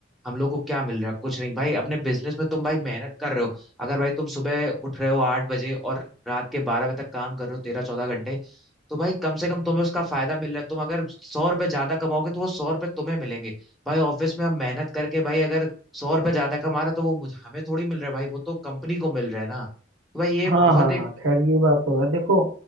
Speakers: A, in the centre; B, on the right.
A: हम लोग को क्या मिल रहा है कुछ नहीं भाई अपने बिजनेस में तुम भाई मेहनत कर रहे हो अगर भाई तुम सुबह उठ रहे हो आठ बजे और रात के बारह बजे तक काम कर रहे हो तेरह चौदह घंटे तो भाई कम से कम तुम्हें उसका फायदा मिल रहा है तुम अगर सौ रुपए ज्यादा कमाओगे तो वो सौ रुपए तुम्हें मिलेंगे भाई ऑफिस में हम मेहनत करके भाई अगर सौ रुपए ज्यादा कमा रहे हैं, तो वो मुझे हमें थोड़ी मिल रहा है भाई वो तो कंपनी को मिल रहा है ना तो भाई ये
B: हाँ
A: बहुत
B: हाँ
A: एक
B: हाँ खैर ये बात तो है देखो